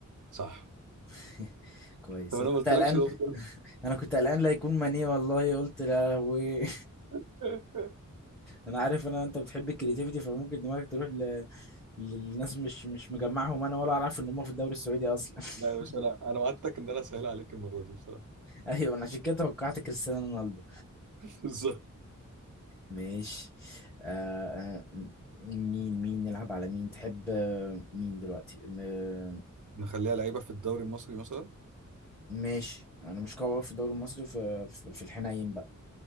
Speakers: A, on the right (about 70°); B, in the centre.
A: صح
B: <laughs> كويس
A: طب
B: انا
A: انا ما
B: كنت
A: قلتلكش
B: قلقان
A: ده في الدوري
B: <laughs> انا كنت قلقان لا يكون ماني والله قلت لا و <laughs>
A: <laughs>
B: انا عارف ان انت بتحب الكرياتيفيتي فممكن دماغك تروح ل... للناس مش مش مجمعهم انا ولا اعرف ان هم في الدوري السعودي اصلا <laughs>
A: لا يا باشا انا انا وعدتك ان انا اسهل عليك المره دي بصراحه
B: ايوه انا عشان كده توقعت كريستيانو رونالدو
A: <laughs> بالظبط
B: ماشي آه آه، مين مين نلعب على مين تحب آه، مين دلوقتي م-
A: نخليها لعيبه في الدوري المصري مثلا
B: ماشي انا مش قوي أوي في الدوري المصري في في, في الحنين بقى